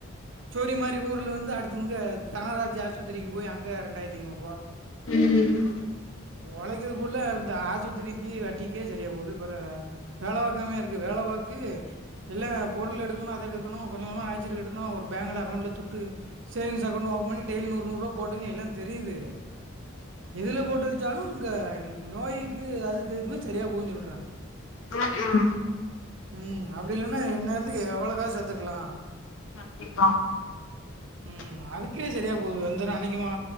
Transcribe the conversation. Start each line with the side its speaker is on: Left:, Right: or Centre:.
Right: சோடி மாதி ஊர்ல வந்து அடுடுத்தங்க தனராஜ் ஆஸ்பத்திரிக்கு போய் அங்க இரண்டாயிரத்த ஐநூறு ரூபா
Left: ம்
Right: உழைக்குது ஃபுள்ள இந்த ஆஸ்பத்திரிக்கு வட்டிக்கே சரியா போகுது பற வேலைவக்காமே இருக்கு வேலைவக்கு இல்லா பொருள் எடுக்கணு அத எடுக்கணு கொஞ்சோ கொஞ்சமா நக சீட்டு கட்டணு ஒரு பேங்க்ல அக்கௌண்ட்ல துட்டு சேவிங் அகண்ட் ஓபன் டேய்லி நூறு நூறுப போட்டுன்ன எல்லா தெரியுது எதுல போட்டு வச்சாலு இங்க நோய்க்கு அதுக்கு எதுக்குமே சரியா போகுன்னு சொல்றே
Left: ம்ம்
Right: ம் அப்படில்லன்னா இன்னேரத்துக்கு எவ்வளோக்காசு சேர்த்துக்கலா
Left: கண்டிப்பா கண்டிப்பா <inaudible>
Right: ம் அதுக்கே சரியா போகுது வந்த அன்னைக்குமா